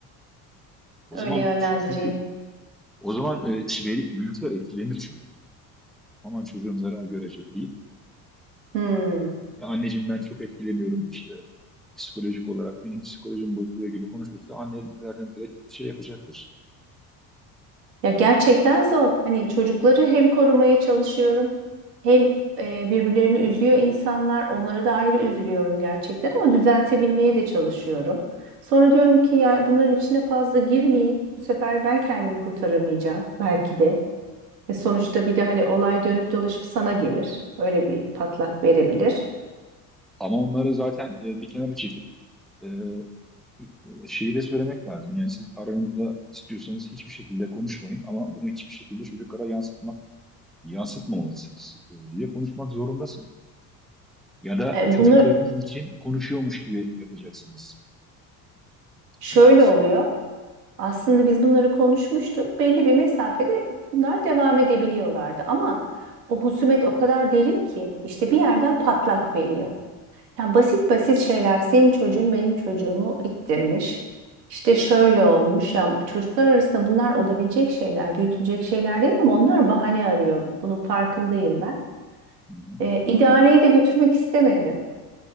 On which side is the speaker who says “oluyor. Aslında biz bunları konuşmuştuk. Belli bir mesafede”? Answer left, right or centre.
Right